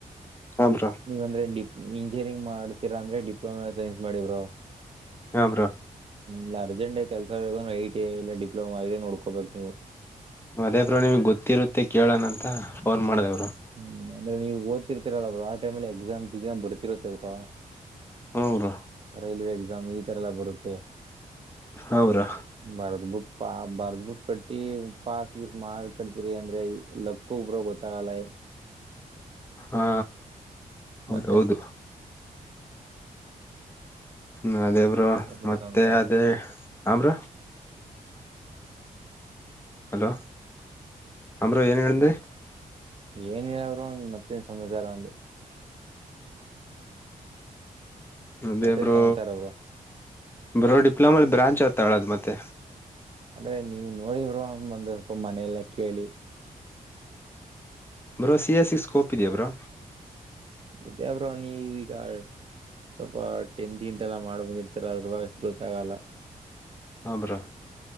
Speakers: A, on the left; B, on the right.
A: ಹಾ ಬ್ರೋ
B: ನೀವ ಅಂದ್ರೆ ಡಿಪ್ ಇಂಜಿನಿಯರಿಂಗ್ ಮಾಡ್ತೀರಾ ಅಂದ್ರೆ ಡಿಪ್ಲೊಮಾ ಸೈನ್ಸ್ ಮಾಡಿ ಬ್ರೋ
A: ಹಾ ಬ್ರೋ
B: ಲ್ಲ ಅರ್ಜೆಂಟ ಕೆಲಸ್ರ ಐಟ ಐ ಇಲ್ಲ ಡಿಪ್ಲೋಮಾ ಇದೇ ನೋಡ್ಕೋಬೇಕ್ ನೀವು.
A: ಅದೆ ಬ್ರೋ ನಿಮಗೆ ಗೊತ್ತಿರುತ್ತೆ ಅಂತ ಫೋನ್ ಮಾಡಿದೆ ಬ್ರೋ
B: ಹ್ಮ್ ಅಂದ್ರೆ ನೀವು ಓದತಿರ್ತಿರಲ್ಲ ಅವರು ಆ ಟೈಮಲ್ಲಿ ಎಕ್ಸಾಮ್ ಸಿ ಈಗ ಬರ್ತಿರತ್ತಲ್ವಾ
A: ಹ್ಮ್ ಬ್ರೋ
B: ರೈಲ್ವೆ ಎಕ್ಸಾಮ್ ಇತರೆಲ್ಲ ಬರುತ್ತೆ
A: ಹಾ ಬ್ರೋ
B: ಭಾರ ಬುಟ್ ಭಾರ ಬುಟ್ ಕಟ್ಟಿ ಪಸ್ ಚೀಟ್ ಮಾಡ್ ಕಳ್ತಿರಿ ಅಂದ್ರೆ ಲಕ್ಕು ಬ್ರೋ ಗೊತ್ತಾಗಲ್ಲ
A: ಹಾ ಹೌದದು
B: ಮತ್ತೆ
A: ಹ್ಮ ಅದೇ ಬ್ರೋ
B: ಏನ್
A: ಮತ್ತೆ
B: ಸಮಾಚಾರ
A: ಅದೇ ಹ ಬ್ರೋ ಹಲೋ ಹಾ ಬ್ರೋ ಏನಂದ್ರಿ
B: ಏನಿಲ್ಲ ಬ್ರೋ ಮತ್ತೆ ಏನು ಸಮಾಚಾರ ಅಂದೆ
A: ಅದೇ
B: ಮತ್ತೇನ್
A: ಬ್ರೋ
B: ಸಮಾಚಾರ ಬ್ರೋ
A: ಬ್ರೋ ಡಿಪ್ಲೊಮಲ್ ಬ್ರಾಂಚ್ ಯಾವುದು ತಗೋಳೋದು ಮತ್ತೆ
B: ಅಂದ್ರೆ ನೀವ್ ನೋಡಿವ್ರ ಒಂದ ಸ್ವ ಮನೆಯಲ್ಲ ಕೇಳಿ
A: bro C S C scope ಇದ್ಯ ಬ್ರೋ.
B: ಇದೆೇ ಬ್ರೋ ನೀವ್ ಈಗಾ ಸ್ವಲ್ಪ ತಿಂಡಿ ಗಿಂಡಿ ಮಾಡಿ ಬಂದಿರ್ತೀರಲ್ಲ ಬ್ರೋ, ಅದಕ್ಕೆ ಗೊತ್ತಾಗಲ್ಲ
A: ಹ ಬ್ರೋ